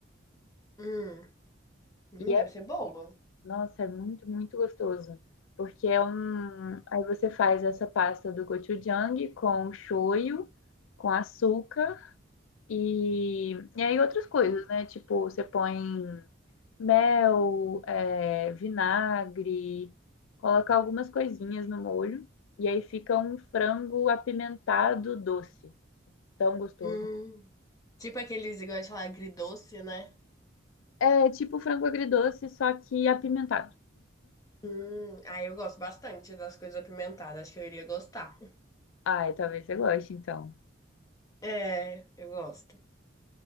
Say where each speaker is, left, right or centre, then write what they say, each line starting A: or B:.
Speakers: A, on the left; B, on the left.
A: Hum, hum,
B: E é
A: deve ser boa.
B: Nossa, é muito, muito gostoso. Porque é um. Aí você faz essa pasta do gochujang com shoyu, com açúcar e, e aí outras coisas, né? Tipo, você põe mel, é, vinagre, coloca algumas coisinhas no molho. E aí fica um frango apimentado doce. Tão gostoso.
A: Hum, tipo aqueles, igual de falar, agridoce, né?
B: É tipo frango agridoce, só que apimentado.
A: Hum, aí eu gosto bastante das coisas apimentadas. Acho que eu iria gostar.
B: Ai, talvez você goste, então.
A: É, eu gosto.